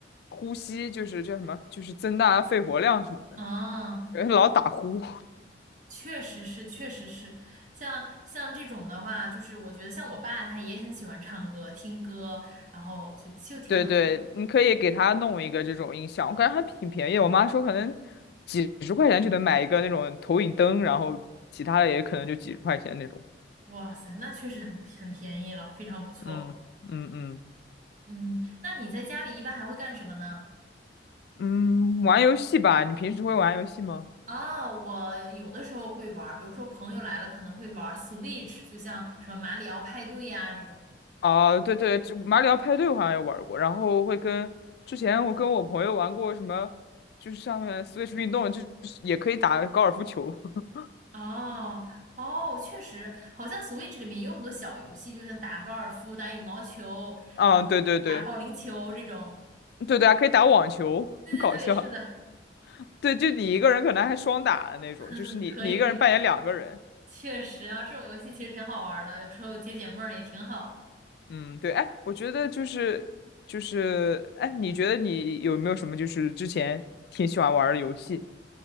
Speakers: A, on the left (about 60°); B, on the right (about 45°).
A: 呼吸就是叫什么，就是增大肺活量什么的，
B: 啊，
A: <laughs> 因为他老打呼。
B: 确实是，确实是，像像这种的话，就是我觉得像我爸他也很喜欢唱歌、听歌，然后就就挺好。
A: 对对，你可以给他弄一个这种音响，我感觉还挺便宜。我妈说可能几十块钱就能买一个那种投影灯，然后其他的也可能就几十块钱那种。
B: 哇塞，那确实很很便宜了，非常不错。
A: 嗯嗯嗯
B: 嗯，那你在家里一般还会干什么呢？
A: 嗯，玩游戏吧，你平时会玩游戏吗？
B: 啊，我有的时候会玩儿，比如说朋友来了可能会玩儿 Switch，就像什么马里奥派对呀、这种。
A: 哦，对对，这马里奥派对我好像也玩过，然后会跟之前我跟我朋友玩过什么，就是上面 Switch 运动，就是也可以打高尔夫球。<laughs>
B: 哦哦，确实，好像 Switch 里面也有很多小游戏，就像打高尔夫、打羽毛球，
A: 啊，
B: 然后打保龄球这种。
A: 对对对对对啊，可以打网球，
B: 对对对，
A: 很搞笑。
B: 是的，
A: 对，就你一个人可能还双打的那种，
B: <laughs> 呵呵，
A: 就是你你一个人扮演两个人。
B: 可以可以，确实啊，这种游戏其实挺好玩儿的，有时候解解闷儿也挺好的。
A: 嗯，对，哎，我觉得就是就是，哎，你觉得你有没有什么就是之前挺喜欢玩儿的游戏？